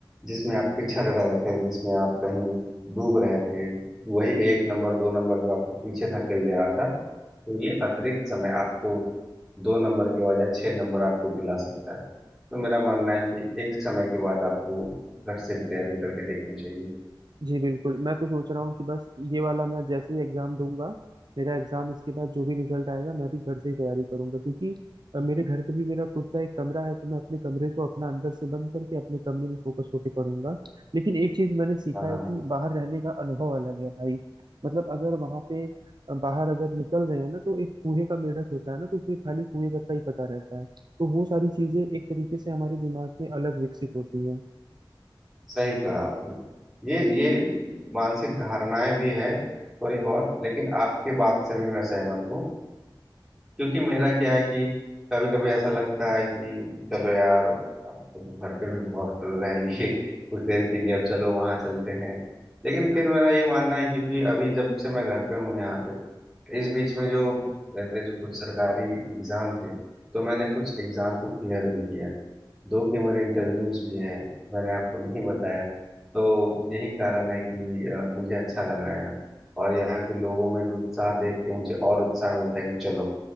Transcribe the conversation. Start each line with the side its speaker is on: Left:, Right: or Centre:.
Centre: जिसमें आप पिछड़ रहे थे जिसमें आप कहीं डूब रहे थे वही एक नंबर दो नंबर जो आपको पीछे धकेल दे रहा था तो ये अतिरिक्त समय आपको दो नंबर के बजाय छह नंबर आपको दिला सकता है तो मेरा मानना है कि एक समय के बाद आपको घर से भी तैयारी करके देखनी चाहिए
Right: जी बिल्कुल मैं तो सोच रहा हूँ कि बस ये वाला मैं जैसे ही एग्जाम दूंगा मेरा एग्जाम इसके बाद जो भी रिजल्ट आएगा मैं भी घर से ही तैयारी करूंगा क्योंकि अ, मेरे घर पे भी मेरा खुद का एक कमरा है तो मैं अपने कमरे को अपना अंदर से बंद करके अपने कमरे में फोकस होके पढ़ूंगा लेकिन एक चीज मैंने सीखा
Centre: हाँ
Right: है
Centre: हाँ
Right: कि बाहर रहने का अनुभव अलग है भाई मतलब अगर वहां पे अ, बाहर अगर निकल रहे हैं ना तो एक कुएं का मेढक होता है ना तो उसे खाली कुएं तक का ही पता रहता है तो वो सारी चीजें एक तरीके से हमारे दिमाग में अलग विकसित होती है
Centre: सही कहा आपने ये ये मानसिक धारणाएं भी है थोड़ी बहुत लेकिन आपके बात से भी मैं सहमत हूँ क्योंकि मेरा क्या है कि कभी कभी ऐसा लगता है कि चलो यार अब तो घर पे भी बहुत रह लिए कुछ देर के लिए अब चलो वहां चलते हैं लेकिन फिर मेरा ये मानना है क्योंकि अभी जब से मैं घर पे हूँ यहाँ इस बीच में जो मेरे जो कुछ सरकारी एग्जाम थे तो मैंने कुछ एग्जाम को क्लियर भी किया दो के मेरे इंटरव्यूज भी हैं मैंने आपको नहीं बताया तो यही कारण है कि अ, मुझे अच्छा लग रहा है यहाँ और यहाँ के लोगों में भी उत्साह देख के मुझे और उत्साह मिलता है कि चलो